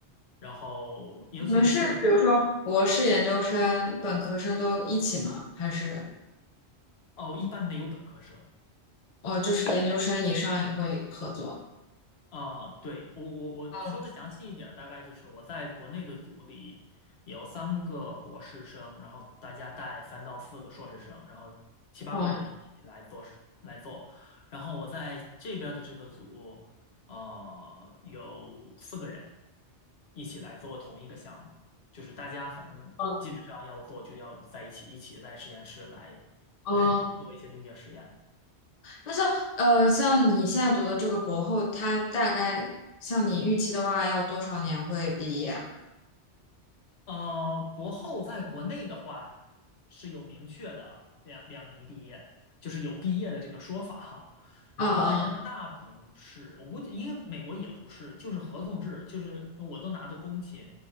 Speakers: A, on the left; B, on the left.
A: 然后，尤其是设计，
B: 你们是比如说，博士研究生、本科生都一起吗？还是
A: 哦，一般没有本科生，
B: 哦，就是研究生以上也会合作？
A: 啊，对，我我我说的详细一点儿大概就是我在国内的组里有三个博士生，
B: 嗯
A: 然后大家带三到四个硕士生，然后七八个人一起来做事来做。
B: 嗯
A: 然后我在这边儿的这个组，呃，有四个人一起来做同一个项目，就是大家反正基本上要做就要在一起，
B: 嗯，
A: 一起在实验室来来做一些硬件实验。
B: 嗯，那像呃，像你现在读的这个博后，他大概像你预期的话，要多少年会毕业啊
A: 呃，博后在国内的话是有明确的两两年毕业，就是有毕业的这个说法哈。然后在加拿大不是，
B: 嗯嗯，
A: 我估计应该美国也不是，就是合同制，就是我都拿的工签，